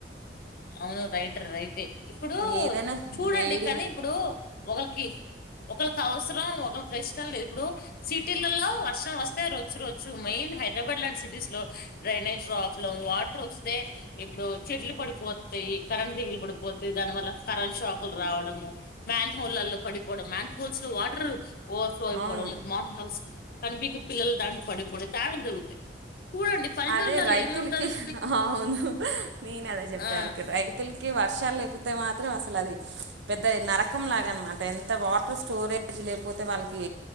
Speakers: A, on the left; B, on the right.
A: అవును రైట్ ర రైటే ఇప్పుడు
B: ఏదైనా
A: చూడండి
B: వేడిగా
A: కానీ ఇప్పుడు ఒకాల కి ఒకలకి అవసరం ఒకరికి కష్టం లేదు ఇప్పుడు సిటీలల్లో వర్షం వస్తే రొచ్చు రొచ్చు మెయిన్ హైదరాబాద్ లాంటి సిటీస్ లో డ్రైనేజ్ ప్రాబ్లం వాటర్ వస్తే ఇప్పుడు చెట్లు పడిపో తయి కరెంట్ తీగలు పడిపోతా దాని వల్ల కరెంట్ షాకులు రావడము మ్యాన్ హోలల్లో పడిపోవడం మాన్ పుల్స్లో వాటరు ఓవర్ ఫ్లో అయిపోవడం
B: అవును
A: లేదు మార్ల్ హౌస్ కంపికి పిల్ల దాడు పడిపోడం తాన జరుగుతాయి చూడండి పల్లెటూర్లలో
B: అదే రైతులకి
A: ఏమవుతుంది
B: అవును నేను అదే చెప్దా
A: ఆ
B: అనుకున్న రైతులకి వ వర్షాలు లేపోతే మాత్రం అసలు అది పెద్ద నరకం లాగా అనమాట ఎంత వాటర్ స్టోరే జ్ లేకపోతే వాళ్ళకి